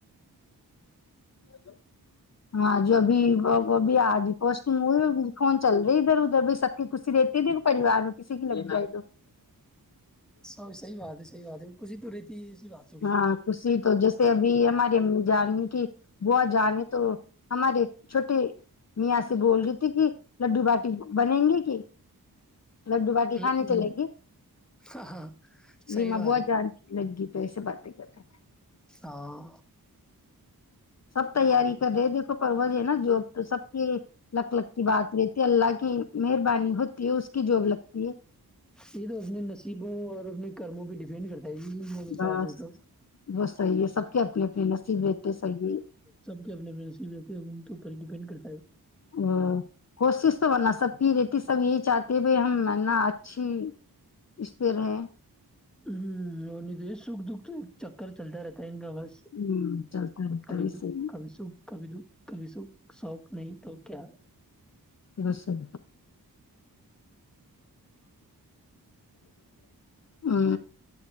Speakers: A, on the left (about 45°); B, in the centre.
A: <unintelligible> ہاں جوبھی وہ وہ بھی آجی پوسٹنگ فون چل رہی ادھر ادھر ب سکی کسی رہتے د پریوار میں کسی کی لگ ہے تو
B: س صحی بات ہے صح بات ہے کشی تو رہتی ہے ای سی بات تھوڑی
A: ہاں خوشی تو جیسے ابھی ہماری امی جانیں کہ با جانیں تو ہمارے چھوٹیے میاں سے بول رہی تھی کہ لڈو باٹی بنیں گی کہ لڈو باٹی
B: ہاں
A: کھانے چلے گی
B: ہاں صحیح
A: ریما
B: بات
A: بہت
B: ہے
A: جان لگی تو ایسے بات نہیں کرتے
B: ہاں
A: سب تیاری کر رہے دیکھو پروج ہے نا جوب تو سب کی لک لک کی بات رہتی ہے اللہ کی مہربانی ہوتی ہے اس کی جوب لگتی ہے
B: یہ تو اپنے نصیبوں اور اپنے کرموں پہ ڈیفینڈ کرتا م حساب
A: بس
B: سے تو
A: وہ صحیح ہے سب کے اپنے اپنے نصیب رہتے صحیح
B: سب کے اپنے اپنے نصیب رہتے ہیں ان کے اوپر ہی ڈیپینڈ کرتا ہے
A: ا کوشش تو ورنہ سب کی رہتی سب یہی چاہتے بھ ہم ورنہ اچھی اس پہ رہے
B: ہ اور نہیں تو سکھ دکھ تو ایک چکر چلتا رہتا ہے ان کا بس
A: ہوں چلتا رہتا
B: کبھی
A: ہے
B: دکھ
A: صحیح
B: کبھی سکھ کبھی دکھ کبھی سکھ سوق نہیں تو کیا
A: بسر ہ